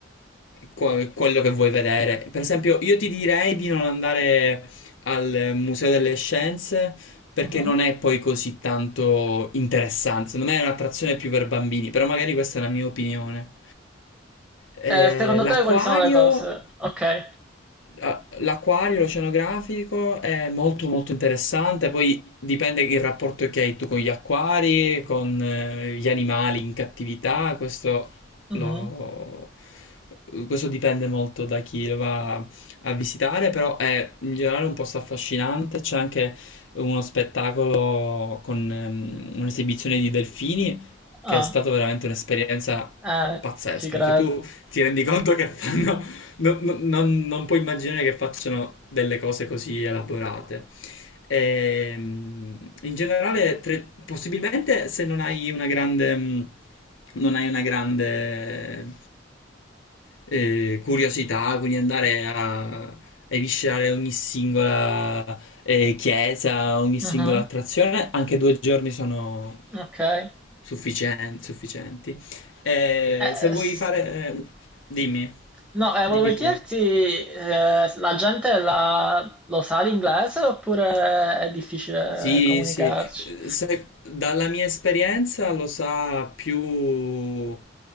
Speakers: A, on the left; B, in the centre.
A: que- quello che vuoi vedere. Per esempio, io ti direi di non andare al Museo delle Scienze perché
B: Mhm.
A: non è poi così tanto interessante. Secondo me è un'attrazione più per bambini, però magari questa è la mia opinione. Eh,
B: Eh, secondo
A: l'acquario
B: te quali sono le cose? Ok.
A: Ah, L'acquario, l'oceanografico è molto molto interessante, poi dipende il rapporto che hai tu con gli acquari, con eh, gli animali in cattività, questo,
B: Mhm.
A: lo- questo dipende molto da chi lo va a visitare, però è in generale un posto affascinante, c'è anche uno spettacolo con ehm, un'esibizione di delfini
B: Ah,
A: che è stata veramente un'esperienza
B: eh,
A: pazzesca,
B: ci credo.
A: perché tu ti rendi conto che fanno no- no- non, non puoi immaginare che facciano delle cose così elaborate. Ehm, in generale, tre- possibilmente se non hai una grande, mh, non hai una grande eh, curiosità, quindi andare a eviscerare ogni singola eh, chiesa, ogni
B: Mhm.
A: singola attrazione, anche due giorni sono
B: Ok. Eh,
A: sufficien- sufficienti. Eh,
B: eh,
A: se vuoi
B: s-
A: fare... eh, dimmi,
B: no, eh,
A: dimmi
B: volevo
A: pure.
B: chiederti, eh, la gente la- lo sa l'inglese oppure è difficile
A: Sì,
B: comunicarci?
A: sì, eh, se- dalla mia esperienza lo sa più,